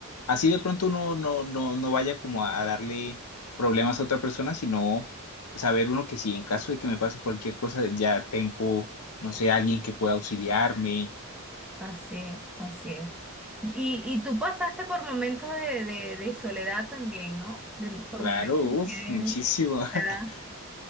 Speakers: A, on the left; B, in the centre.
A: así de pronto uno no, no, no vaya como a, a darle problemas a otra persona, sino saber uno que si en caso de que me pase cualquier cosa, ya tengo, no sé, alguien que pueda auxiliarme.
B: así es, así es. así es. Y, y tú pasaste por momentos de, de- de soledad también, ¿no? De- por
A: Claro,
B: momentos
A: uff,
B: de...
A: muchísimo.
B: de-
A: <laughs>
B: ¿verdad?